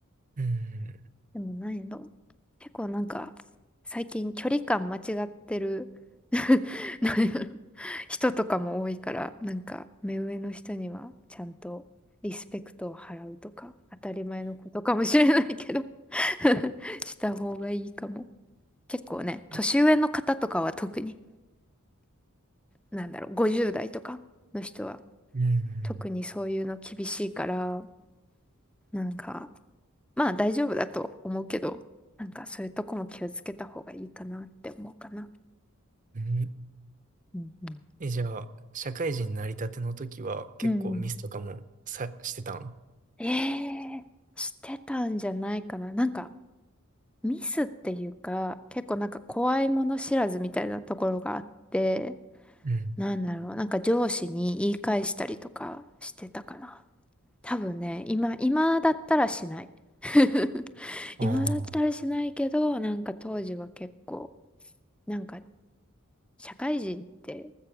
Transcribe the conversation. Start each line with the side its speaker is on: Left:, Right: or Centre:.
Right: うん。
Centre: でもなんやろ。結構なんか、最近距離感間違ってる <laughs> なんやろ人とかも多いから、なんか、目上の人にはちゃんとリスペクトを払うとか、当たり前のことかもしれないけど <laughs> した方がいいかも。結構ね、年上の方とかは特に、
Right: え
Centre: なんだろう、50代とかの人は
Right: うん。
Centre: 特にそういうの厳しいから、なんか、まあ大丈夫だと思うけど、なんかそういうとこも気をつけた方がいいかなって思うかな。
Right: うん
Centre: うんうん。
Right: え、じゃあ、社会人になりたての時は結構ミスとかもさ、
Centre: うんうん
Right: してたん
Centre: ええしてたんじゃないかな。なんかミスっていうか、結構なんか怖いもの知らずみたいなところがあって、
Right: うん。
Centre: なんだろう、なんか上司に言い返したりとかしてたかな。多分ね、今、今だったらしない。<laughs>
Right: ああ。
Centre: 今だったらしないけど、なんか当時は結構、なんか社会人って、